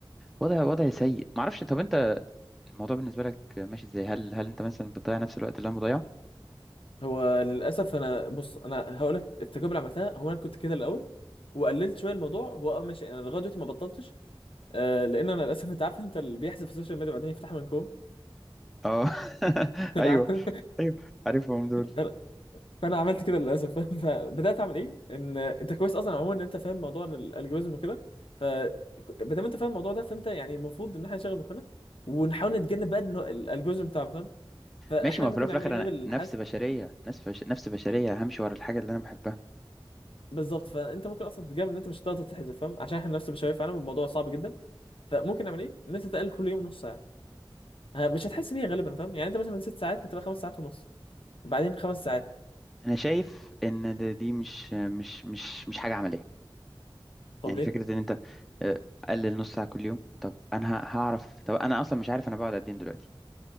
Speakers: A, in the centre; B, on the left.
A: وضع وضع سيء ما اعرفش طب انت الموضوع بالنسبه لك ماشي ازاي هل هل انت مثلا بتضيع نفس الوقت اللي انا بضيعه
B: هو للاسف انا بص انا هقول لك التجربه اللي عملتها هو انا كنت كده الاول وقللت شويه الموضوع هو اه ماشي انا لغايه دلوقتي ما بطلتش آه لان انا للاسف انت عارف انت اللي بيحذف في السوشيال ميديا بعدين يفتحها من كوم
A: اه <laughs>
B: <laughs> انا
A: ايوه
B: ع-
A: ايوه عارفهم دول
B: انا فانا عملت كده للاسف <laughs> فبدات اعمل ايه ان انت كويس اصلا عموما ان انت فاهم موضوع إن الالجوريزم وكده ف ما دام انت فاهم الموضوع ده فانت يعني المفروض ان احنا نشغل مخنا ونحاول نتجنب بقى إنه الالجوريزم بتاعنا فاهم فاحنا
A: ماشي ما هو
B: ممكن
A: في الأول وفي
B: نعمل
A: الاخر
B: ايه غير
A: انا
B: الحذف
A: نفس بشريه نفس بش... نفس بشريه همشي ورا الحاجه اللي انا بحبها
B: بالظبط فانت ممكن اصلا تتجنب ان انت مش هتقدر تتحذف فاهم عشان احنا نفس البشويه فعلا والموضوع صعب جدا فممكن نعمل ايه ان انت تقلل كل يوم نص ساعه ه- مش هتحس بيها غالبا فاهم يعني انت مثلا من ست ساعات هتبقى خمس ساعات ونص وبعدين خمس ساعات
A: انا شايف ان ده دي مش مش مش مش حاجه عمليه
B: طب
A: يعني
B: ليه
A: فكره ان انت آه، قلل نص ساعه كل يوم طب انا ه- هعرف طب انا اصلا مش عارف انا بقعد قد ايه دلوقتي